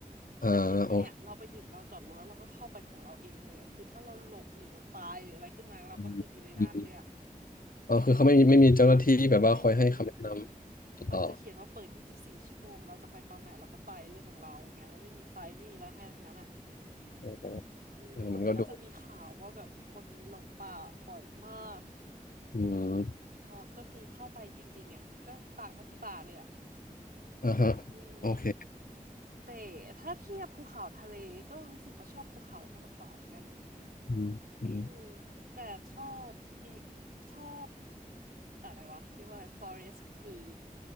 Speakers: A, on the left; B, on the right.
A: อ่าโอเค
B: แต่คือที่เนี่ยเราไปถึงเราจอดรถแล้วเราก็เข้าไปของเราเองเลยอะคือถ้าเราหลงหรือเราตายหรืออะไรขึ้นมาเราก็คืออยู่ในนั้นเลยอะ
A: อืมอมอ๋อคือเขาไม่มีไม่มีเจ้าหน้าที่แบบว่าคอยให้คำแนะนำต่อ
B: ไม่มี มันจะเขียนว่าเปิด24 ชั่วโมง เราจะไปตอนไหนเราก็ไปเรื่องของเราอย่างเงี้ยแล้วไม่มีไฟไม่มีอะไรให้ทางนั้นอ่ะ
A: โอ้โห
B: อืมแล้วมันก็จะมีข่าวว่าแบบคนหลงป่าบ่อยมาก
A: เออมันก็ดู อืม
B: เพราะก็คือเข้าไปจริงๆอ่ะก็ป่าก็คือป่าเลยอ่ะ
A: อ่าฮะ
B: อืม
A: โอเค
B: แต่ถ้าเทียบภูเขาทะเลก็รู้สึกว่าชอบภูเขามากกว่าเหมือนกันนะ
A: อืมอืม
B: เออแต่ชอบ <coughs> อืมชอบอะไรวะเรียกว่าอะไร forest คือ